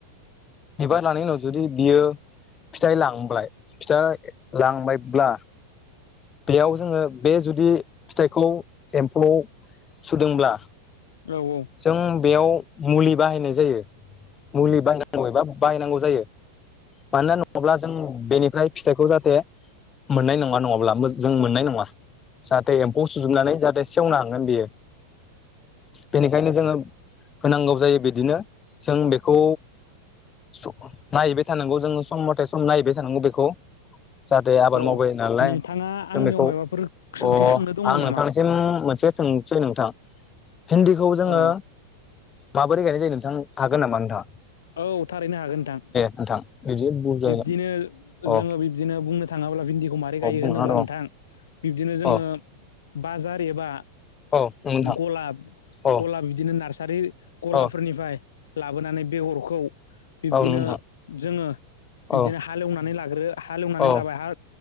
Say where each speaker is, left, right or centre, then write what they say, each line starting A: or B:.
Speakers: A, on the left; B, on the left.
A: बेबार लानायनि उनाव जुदि बियो फिथाइ लांबाय फिथा लांबायब्ला बेयाव जोङो बे जुदि फिथाइखौ एम्फौ सुदोंब्ला
B: औ -औ
A: जों बेयाव मुलि बाहायनाय जायो मुलि बाहायनांगौ एबा बाहायनांगौ जायो मानोना नङाब्ला जों बेनि फिथाइखौ जाहाथे मोननाय नङा नङाब्ला जों मोननाय नङा जाहाथे एम्फौ सुजोबनानै जाहाथे सेवनो हांगोन बेयो बेनिखायनो जोङो होनांगौ जायो बिदिनो जों बेखौ खौ नायहैबाय थानांगौ जों सम मथे सम नायहैबाय थानांगौ बेखौ जाहाथे आबाद
B: औ
A: मावबाय नालाय
B: नोंथाङा
A: जों
B: आंनियाव
A: बेखौ
B: माबाफोर सोंथि
A: अ
B: सोंनो दङ
A: आं नोंथांनिसिम
B: नामा
A: मोनसे सोंसै नोंथां हिन्दीखौ जोङो
B: औ
A: माबोरै गायनाय जायो नोंथां हागोन नामा नोंथां
B: औ थारैनो हागोन नोंथां
A: नोंथां बिदि बुजाय
B: बिब्दिनो
A: अ
B: जोङो बिब्दिनो बुंनो थाङोब्ला भिन्दिखौ मारै
A: अ
B: गायो
A: बुंना
B: होनोब्ला
A: दं
B: नोंथां बिब्दिनो जोङो
A: अ
B: बाजार एबा
A: औ नोंथां
B: गलाब
A: अ
B: गलाब बिदिनो नारसारि गलाफोरनिफ्राय
A: अ
B: लाबोनानै बेगरखौ बिब्दिनो
A: औ नोंथां
B: जोङो बिबदिनो
A: औ
B: हाालेवनानै लाग्रो हालेवनानै
A: औ
B: लाबाय हा